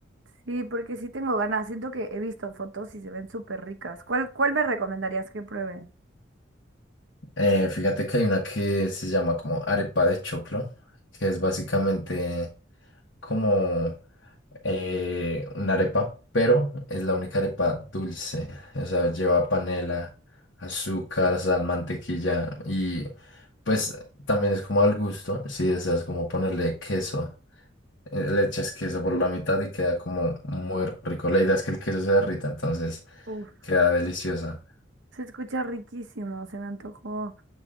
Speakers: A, on the right; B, on the left.
A: Sí, porque sí tengo ganas. Siento que he visto fotos y se ven súper ricas. ¿Cuál, cuál me recomendarías que pruebe?
B: Eh, fíjate que hay una que se llama como arepa de choclo, que es básicamente como eh, una arepa, pero es la única arepa dulce. O sea, lleva panela, azúcar, sal, mantequilla y pues también es como al gusto, si deseas como ponerle queso. eh, le echas queso por la mitad y queda como muy rico. La idea es que el queso se derrita, entonces
A: Uf,
B: queda deliciosa.
A: se escucha riquísimo, se me antojó.